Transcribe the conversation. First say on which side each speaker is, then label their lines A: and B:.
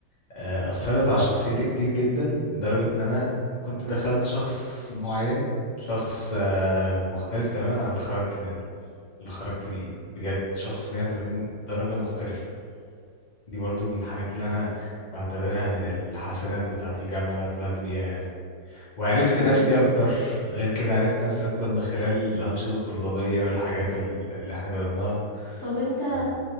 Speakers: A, on the left; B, on the left.
A: آه أثرت على شخصيتي كتير جدا لدرجة ان انا كنت دخلت شخص معين شخص آه مختلف تماما عن اللي خرجت منه اللي خرجت بيه بجد شخص 180 درجة مختلف دي برضو من الحاجات اللي انا بعتبرها من الحسنات بتاعة الجامعة اللي أنا طلعت بيها يعني وعرفت
B: مم.
A: نفسي اكتر غير كده عرفت نفسي اكتر من خلال الأنشطة الطلابية والحاجات ال- اللي احنا جربناها
B: طب انت
A: آه،